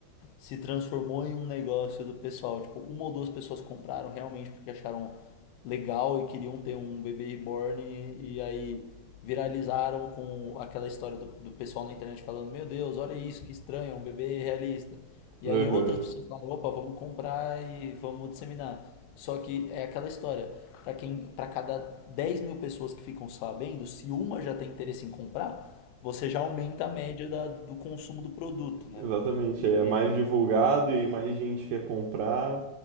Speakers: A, on the left (about 85°); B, on the right (about 75°).
A: se transformou em um negócio do pessoal. Tipo, uma ou duas pessoas compraram realmente porque acharam legal e queriam ter um bebê reborn e, e aí viralizaram com aquela história do, do pessoal na internet falando, meu Deus, olha isso, que estranho, é um bebê realista. E
B: Aham.
A: aí outras pessoas falam, opa, vamos comprar e vamos disseminar. Só que é aquela história, para quem, para cada 10 mil pessoas que ficam sabendo, se uma já tem interesse em comprar, você já aumenta a média da- do consumo do produto, né?
B: Exatamente.
A: E
B: É mais divulgado e aí mais gente quer comprar